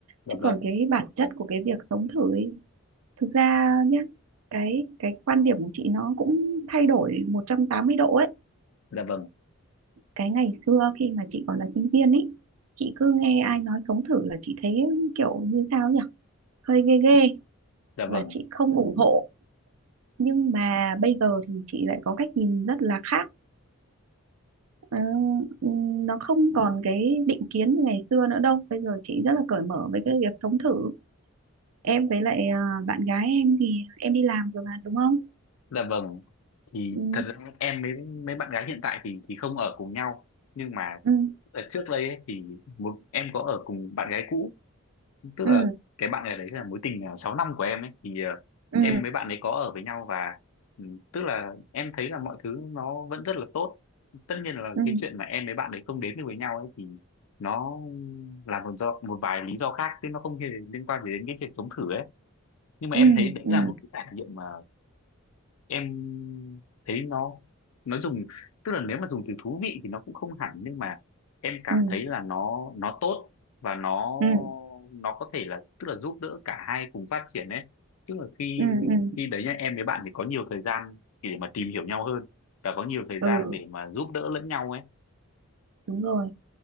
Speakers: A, on the left (about 70°); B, on the right (about 75°).
A: Dạ
B: Chứ
A: vâng,
B: còn cái bản chất của cái việc sống thử ấy, thực ra nhá, cái cái quan điểm của chị nó cũng thay đổi 180 độ ấy
A: dạ vâng,
B: cái ngày xưa khi mà chị còn là sinh viên ấy chị cứ nghe ai nói sống thử là chị thấy kiểu như sao nhỉ hơi ghê ghê
A: dạ vâng,
B: và chị không ủng hộ nhưng mà bây giờ thì chị lại có cách nhìn rất là khác Ờ, ừm, nó không còn cái định kiến như ngày xưa nữa đâu bây giờ chị rất là cởi mở với cái việc sống thử em với lại ờ, bạn gái em thì em đi làm rồi mà đúng không
A: dạ vâng. Thì
B: ừ
A: thật ra em với mấy bạn gái hiện tại thì thì không ở cùng nhau nhưng mà
B: ừ
A: ở trước đây ấy, thì một em có ở cùng bạn gái cũ tức
B: ừ
A: là cái bạn này đấy là mối tình à, 6 năm của em ấy thì à,
B: ừ
A: em với bạn ấy có ở với nhau và ừ, tức là em thấy là mọi thứ nó vẫn rất là tốt tất nhiên là
B: ừ
A: cái chuyện mà em với bạn ấy không đến được với nhau ấy thì nó là một do một vài lý do khác chứ nó không hề liên quan gì đến cái chuyện sống thử ấy nhưng mà
B: ừ
A: em thấy đấy
B: ừ
A: là một cái trải nghiệm mà em thấy nó nó dùng tức là nếu mà dùng từ thú vị thì nó cũng không hẳn nhưng mà em cảm
B: ừ
A: thấy là nó nó tốt và nó
B: ừ
A: nó có thể là tức là giúp đỡ cả hai cùng phát triển ấy tức là khi
B: ừ ừ ừ ừ,
A: khi đấy nhá em với bạn thì có nhiều thời gian để mà tìm hiểu nhau hơn và có nhiều thời
B: Ừ,
A: gian để mà giúp đỡ lẫn nhau ấy
B: đúng rồi